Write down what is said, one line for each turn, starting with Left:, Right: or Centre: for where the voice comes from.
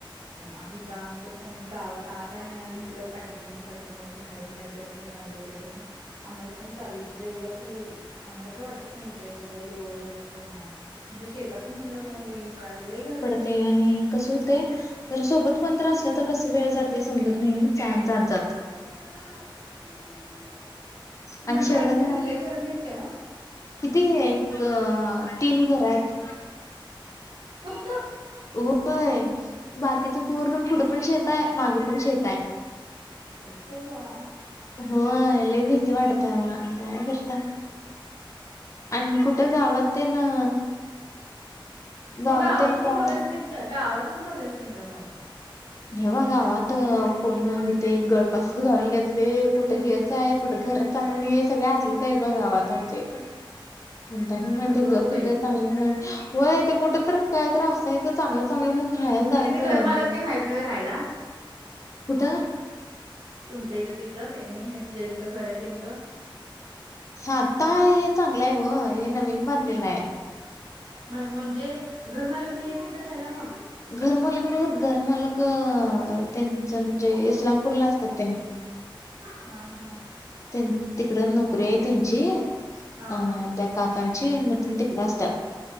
Right: आहे तर आमच. पण गावात आत आहे आणि आम्ही इकड पाठीमाग पाठीमग असं बाहेर बाहेर जरसं राहिलंय त्याच्या मूळ. आम्हाला पण चाल एवढं खरं आम्हाला काय वाटत. नाही ते सगळे रोडच तेन हाय व जशी येतात तुमच्या शेतात हे म्हणल्यावर मग काय लय घर.
Left: ते आणि कस होते जर सोबत कोणत असलं तर कस वेळ जाते समजत नाही नाही. छान जात जात.
Right: हॅलो हॅलो फोन नबर घेतलाय.
Left: आणि
Right: तुमच्या
Left: शेजारी
Right: आजूबाजून
Left: आहे
Right: लय घर नाहीत का मग.
Left: किती एक अ तीन घर आहेत
Right: फक्त,
Left: होय बाकीच पूर्ण पुढं पण शेत आहे मागं पण शेत आहे.
Right: अवा,
Left: होय लय भीती वाटत्या बा काय करता आणि कु ''--'' ते गावात तेन आ
Right: मग
Left: गावात
Right: गावातच
Left: तेन काय.
Right: बघायच नाहीत का गावातच बघास नाही का मग.
Left: नहीं बा गावात कोण इथ एक गळपासच घालून घेतले कुठं हेच आहे कुठं घर चांग ''--'' आणि हे सगळे असलेच आहेत बा गावात आमच्या. म्हणता म्हणल
Right: अगं
Left: गप
Right: बाई
Left: इथ चांगलं व्हय कुठ तर काय तर असत. असायचं चांगलं चांगलं म्हणून राहायला जायचं
Right: मग तिथे घर मालक ते नाहीत नव्हे राहायला
Left: कुठं.
Right: तुमच्या इथं तिथं त्यांनी हे ज्यांचं घर आहे त्यांचं.
Left: हे आत्ता आहे हे चांगलं आहे ओ, हे नवीन बांधलेलं आहे.
Right: म्ह म्हणजे घरमालक नाही आहे, तिथ राहायला मग-
Left: घरमालक नाही, घरमालक अ त्यांच म्हणजे इस्लामपूरला असतात त्यांनी.
Right: हा हा.
Left: त्यान तिकड नोकरी आहे त्यांची-
Right: हा
Left: अ
Right: हा
Left: त्या काकांची मग तिकडं असतात